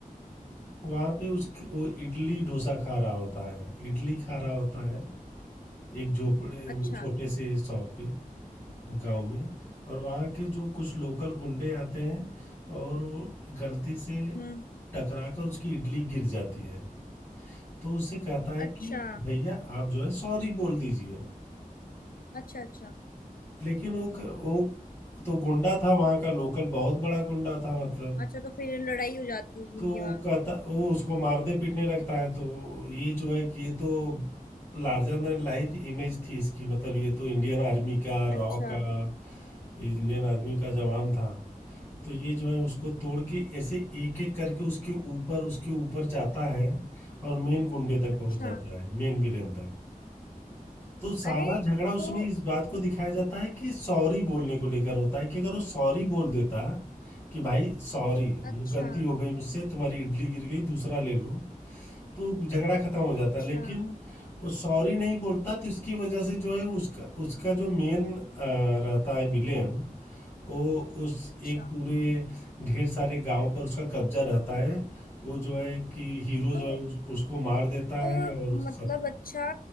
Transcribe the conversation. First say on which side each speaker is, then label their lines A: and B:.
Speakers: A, on the left; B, on the left.
A: वहाँ पे उसके वो इडली डोसा खा रहा होता है इडली खा रहा होता है एक झोपड़े में
B: अच्छा
A: छोटे से शॉप पे गांव में और वहाँ के जो कुछ लोकल गुंडे आते हैं और वो गलती से
B: हम्म
A: टकरा कर उसकी इडली गिर जाती है तो उससे कहता है
B: अच्छा
A: कि भैया आप जो है सॉरी बोल दीजिए
B: अच्छा अच्छा
A: लेकिन वो क- वो तो गुंडा था वहाँ का लोकल बहुत बड़ा गुंडा था मतलब
B: अच्छा तो फिर लड़ाई हो जाती होगी
A: तो
B: उनके
A: वो
B: वहाँ
A: कहता वो उसको मारने पीटने लगता है तो ये जो है कि ये तो लार्जर देन लाइफ इमेज थी इसकी मतलब ये तो इंडियन आर्मी का
B: अच्छा
A: रॉ का ये इंडियन आर्मी का जवान था तो ये जो है उसको तोड़ के ऐसे एक एक करके उसके ऊपर उसके ऊपर जाता है और मेन गुंडे तक
B: अच्छा
A: पहुंच जाता है मेन विलेन तक तो सारा
B: अरे
A: झगड़ा उसमें
B: तो
A: इस बात को दिखाया जाता है कि सॉरी बोलने को लेकर होता है कि अगर वो सॉरी बोल देता कि भाई सॉरी
B: अच्छा
A: गलती हो गई मुझसे तुम्हारी इडली गिर गई दूसरा ले लो तो झगड़ा खत्म हो जाता
B: अच्छा
A: लेकिन वो सॉरी नहीं बोलता तो इसकी वजह से जो है उसका उसका जो मेन रहता है विलेन वो उस
B: अच्छा
A: एक पूरे ढेर सारे गांव पर उसका कब्जा रहता है वो जो है कि हीरो
B: तो
A: जो है उस, उसको मार देता
B: तो
A: है और सब
B: मतलब अच्छा